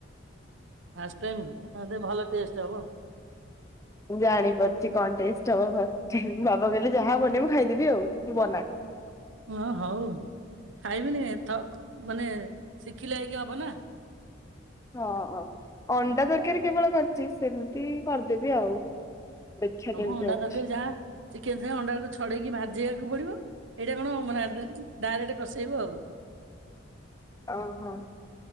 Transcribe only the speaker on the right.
ଫାଷ୍ଟ ଟାଇମ ଭଲ ଟେଷ୍ଟ ହବ।
ହ ହଉ ଖାଇବିନିଥ ମାନେ ଶିଖିଲା ହେଇକି ହବ ନା।
ହଁ
ମୁଁ ଅଣ୍ଡା
ଦରକାର ଯାହା ଚିକେନ ସେ ଅଣ୍ଡାକୁ ଛଡେଇକି ଭାଜି ଯିବାକୁ ପଡିବ ଏଇଟା କଣ ମାନେ ଡାଇରେକ୍ଟ କଷେଇବ ଆଉ।